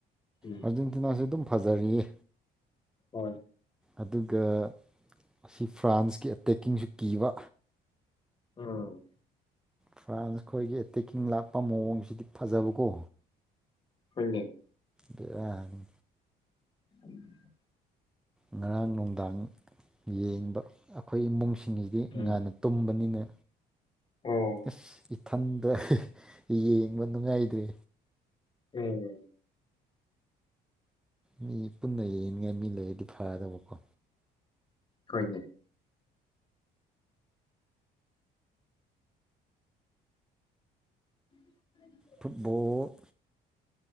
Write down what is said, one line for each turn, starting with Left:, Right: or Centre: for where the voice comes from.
Left: ꯎꯝ
Centre: ꯑꯔꯖꯦꯟꯇꯤꯅꯥꯁꯦ ꯑꯗꯨꯝ ꯐꯖꯔꯤꯌꯦ
Left: ꯍꯣꯏ
Centre: ꯑꯗꯨꯒ ꯑꯁꯤ ꯐ꯭ꯔꯥꯟꯁꯀꯤ ꯑꯦꯇꯦꯛꯀꯤꯡꯁꯨ ꯀꯤꯕ
Left: ꯎꯝ
Centre: ꯐ꯭ꯔꯥꯟꯁ ꯈꯣꯏꯒꯤ ꯑꯦꯇꯦꯛꯀꯤꯡ ꯂꯥꯛꯄ ꯃꯑꯣꯡꯁꯤꯗꯤ ꯐꯖꯕꯀꯣ
Left: ꯍꯣꯏꯅꯦ
Centre: ꯕꯦꯔꯥꯅꯤ
Left: <inaudible>
Centre: ꯉꯔꯥꯡ ꯅꯨꯡꯗꯥꯡ ꯌꯦꯡꯕ ꯑꯈꯣꯏ ꯏꯃꯨꯡꯁꯤꯡꯒꯤꯗꯤ
Left: ꯎꯝ
Centre: ꯉꯟꯅ ꯇꯨꯝꯕꯅꯤꯅ
Left: <unintelligible>
Centre: ꯑꯁ ꯏꯊꯟꯗ ꯌꯦꯡꯕ ꯅꯨꯡꯉꯥꯏꯗ꯭ꯔꯦ
Left: <unintelligible>
Centre: ꯃꯤ ꯄꯨꯟꯅ ꯌꯦꯡꯅꯤꯉꯥꯏ ꯃꯤ ꯂꯩꯔꯗꯤ ꯐꯗꯧꯕꯀꯣ
Left: ꯍꯣꯏꯅꯦ <inaudible>
Centre: ꯐꯨꯠꯕꯣꯜ